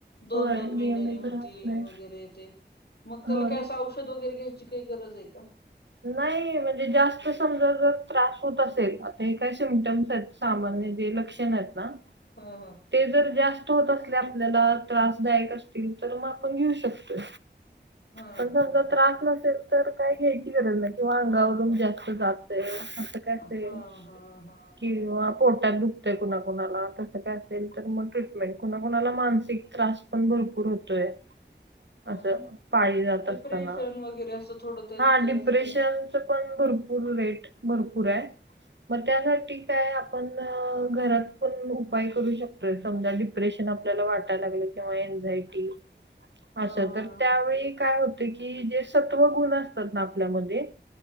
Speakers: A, on the left; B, on the right.
A: दोन
B: होय
A: दोन महिन्या
B: नियमित
A: होती
B: राहत नाही
A: वगैरे ते मग त्याला
B: होय
A: काय औषध औषध वगैरे घ्यायची काही गरज आहे का?
B: नाही म्हणजे जास्त समजा जर त्रास होत असेल आता हे काही सिम्टम्स आहेत. सामान्य जे लक्षण आहेत ना.
A: हं हं.
B: ते जर जास्त होत असले आपल्याला त्रासदायक असतील तर मग आपण घेऊ शकतोय.
A: हा
B: पण
A: हा
B: समजा
A: हा.
B: त्रास नसेल तर काय घ्यायची गरज नाही किंवा अंगावरून
A: हा
B: जास्त जातय असं
A: हा
B: काय असेल
A: हा हा हा
B: की किंवा
A: हा
B: पोटात दुखतय कुणा कुणाला तसं काय तर मग ट्रीटमेंट कुणाकुणाला मानसिक त्रास पण भरपूर होतोय.
A: हो
B: असं
A: ना
B: पाळी
A: ह
B: जात
A: ह
B: असताना.
A: डिप्रेशन वगैरे असं थोडं त्यात
B: हा
A: त्याच
B: डिप्रेशन
A: तर
B: पण भरपूर वेट भरपूर आहे. मग त्यासाठी काय आपण घरात पण उपाय करू शकतो समजा डिप्रेशन आपल्याला वाटायला लागलं किंवा एक्झॅक्टी
A: हा
B: असं
A: हा
B: त्यावेळी
A: हा
B: काय होते की जे सत्वगुण असतात ना आपल्यामध्ये